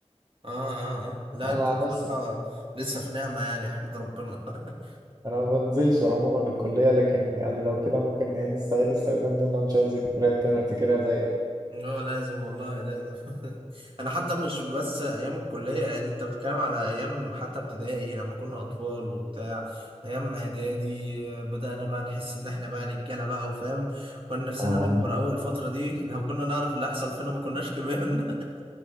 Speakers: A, on the right (about 50°); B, on the right (about 35°).
A: اه اه اه لا
B: انا
A: انت بصراحة
B: عن نفسي
A: لسه في نعمة يعني يا احمد ربنا <laughs>
B: انا ما بنزلش عموما الكلية لكن يعني لو كده ممكن ايه نستغل السنتين دول انا مش عايز ذكريات كده نفتكرها زيك
A: اه لازم والله لازم <laughs> انا حتى مش بس ايام الكليه يعني انت بتتكلم على ايام حتى ابتدائي لما كنا اطفال وبتاع ايام اعدادي بدانا بقى نحس ان احنا بقى رجاله بقى وفاهم كنا نفسنا
B: اه
A: نكبر
B: ودي.
A: اول الفتره دي <laughs> لو كنا نعرف اللي هيحصل فينا ما كناش كبرنا <laughs>